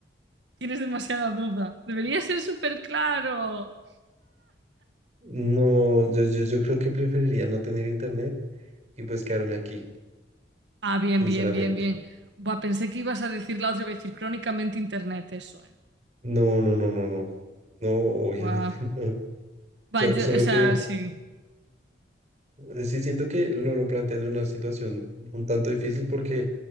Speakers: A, on the right; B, on the right.
A: Tienes demasiada duda. Debería ser súper claro.
B: No, yo, yo, yo creo que preferiría no tener internet y pues quedarme aquí,
A: Ah, bien,
B: sinceramente.
A: bien, bien, bien. Buah, pensé que ibas a decir la otra vez, decir crónicamente internet, eso, eh.
B: No, no, no, no, no. No, obviamente
A: Buah.
B: <laughs> no.
A: Buah,
B: So-
A: yo-
B: solo
A: o sea,
B: que
A: sí.
B: Eh, Sí, siento que lo, lo plantean en una situación un tanto difícil porque